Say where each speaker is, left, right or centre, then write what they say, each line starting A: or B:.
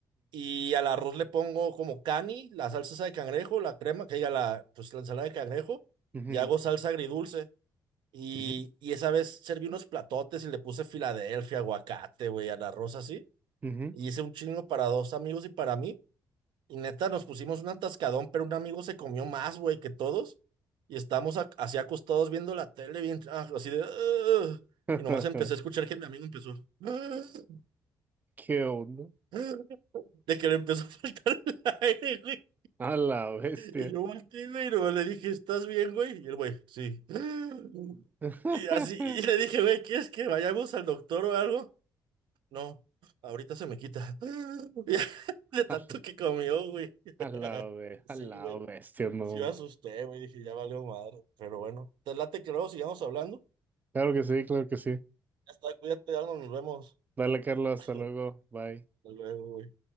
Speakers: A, on the right; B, on the right.
A: Y al arroz le pongo como cani, la salsa esa de cangrejo, la crema, que diga la, pues la ensalada de cangrejo,
B: ujú,
A: y hago salsa agridulce. Y,
B: ujú,
A: y esa vez serví unos platotes y le puse Filadelfia, aguacate, güey, al arroz así.
B: ujú, ujú.
A: Y hice un chingo para dos amigos y para mí. Y neta, nos pusimos un atascadón, pero un amigo se comió más, güey, que todos. Y estamos ac- así acostados viendo la tele, bien, ah, así de... "Ugh".
B: <laughs>
A: y nomás empecé a escuchar que mi amigo empezó... "Ugh,
B: ¿Qué onda?
A: ugh", de que le empezó a faltar el <laughs> aire, güey.
B: A la bestia.
A: Y yo volteé, güey, y nomás le dije, ¿estás bien, güey? Y el güey, sí. "Ugh".
B: <laughs>
A: Y así, y le dije, güey, ¿quieres que vayamos al doctor o algo? No, ahorita se me quita. "Ugh". <laughs> De tanto
B: A
A: que comió, güey. <laughs>
B: a la, be-
A: Sí,
B: a la
A: güey.
B: bestia, no.
A: Sí me asusté, güey, dije, ya valió madre. Pero bueno, te late que luego sigamos hablando.
B: Claro que sí, claro que sí.
A: Ya está, cuídate, Arnold, nos vemos.
B: Dale, Carlos,
A: <laughs> Hasta
B: hasta luego. Bye.
A: luego, güey.